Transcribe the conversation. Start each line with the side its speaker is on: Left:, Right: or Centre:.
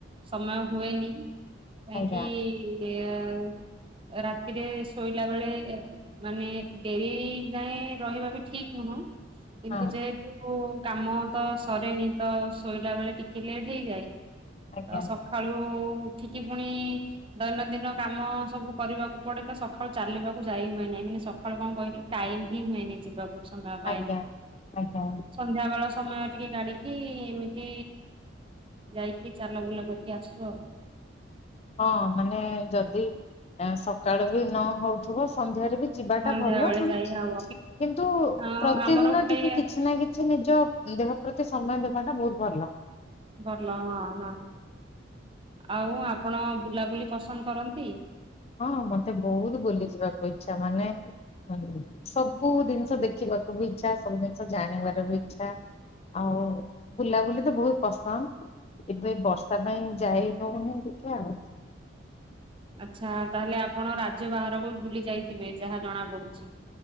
Right: ସମୟ ହୁଏନି କାହିଁକି
Left: ଆଜ୍ଞା
Right: ଏ? ରାତିରେ ଶୋଇଲା ବେଳେ ମାନେ ଡେରି ଯାଏ ରହିବା ବି ଠିକ ନୁହଁ। ହଁ। କିନ୍ତୁ
Left: ହଁ
Right: ଯେହେତୁ କାମ ତ ସରେନି ତ ଶୋଇଲା ବେଳେ ଟିକେ ଲେଟ ହେଇଯାଏ।
Left: ଆଜ୍ଞା
Right: ତ ସକାଳୁ ଉଠିକି ପୁଣି ଦୈନଦିନ କାମ ସବୁ କରିବାକୁ ପଡେ ତ ସକାଳୁ ଚାଲିବାକୁ ଯାଇ ହୁଏନି। ନାଇ ମାନେ ସକାଳୁ କଣ କହିଲୁ ଟାଇମ ହି ହୁଏନି ଯିବାକୁ ସମୟ ପାଏନି।
Left: ଆଜ୍ଞା ଆଜ୍ଞା।
Right: ସନ୍ଧ୍ୟା ବେଳ ସମୟ ଟିକେ ଗାଡିକି ଏମିତି ଯାଇକି ଚାଲା ବୁଲା କରିକି ଆସୁ ଆଉ।
Left: ହଁ ମାନେ ଯଦି ଆ ସକାଳୁ ବି ନ ହଉଥିବ ସନ୍ଧ୍ୟାରେ ବି ଯିବାଟା
Right: ସନ୍ଧ୍ୟା
Left: ଭଲ
Right: ବେଳେ
Left: ମାନେ
Right: ଯାଇ ହବ
Left: କିନ୍ତୁ
Right: ଅ
Left: ପ୍ରତିଦିନ
Right: ଆମର ଗୋଟେ
Left: ଟିକେ କିଛି ନା କିଛି ନି ନିଜ ଦେହ ପ୍ରତି ସମୟ ଦେବାଟା ବହୁତ ଭଲ।
Right: ଭଲ ହଁ ହଁ। ଆଉ ଆପଣ ବୁଲାବୁଲି ପସନ୍ଦ କରନ୍ତି।
Left: ହଁ ମତେ ବହୁତ ବୁଲି ଯିବାକୁ ଇଚ୍ଛା ମାନେ ଅ ସବୁ ଜିନିଷ ଦେଖି ବାକୁ ବି ଇଚ୍ଛା ସବୁ ଜିନିଷ ଜାଣିବାର ବି ଇଚ୍ଛା। ଆଉ ବୁଲାବୁଲି ତ ବହୁତ ପସନ୍ଦ। ଏବେ ବର୍ଷା ପାଇଁ ଯାଇ ହଉନି ଟିକେ ଆଉ।
Right: <inaudible> ଆଚ୍ଛା ତାହେଲେ ଆପଣ ରାଜ୍ୟ ବାହାରକୁ ବୁଲି ଯାଇଥିବେ ଯାହା ଜଣା ପଡୁଛି।